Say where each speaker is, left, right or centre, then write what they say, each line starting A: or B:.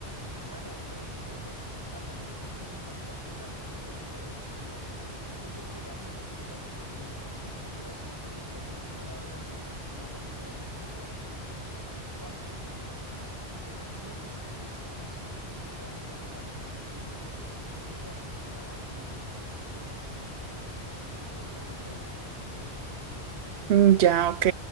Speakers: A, on the right; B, on the right.
A: Claro, pero es que de eso se trata, ¿no? Es que sin importar qué tanto tú compruebes, digamos, tú y yo podríamos estar viendo la misma piedra, pero si no estamos viendo el mismo lado de la piedra, jamás vamos a ver la misma piedra sin importar cuánto estemos ahí. Mientras tú no poseas mis ojos y puedas interpretar las cosas como yo, nunca existirá un, un punto medio, un, un punto igualado así.
B: Mm, Ya, ok.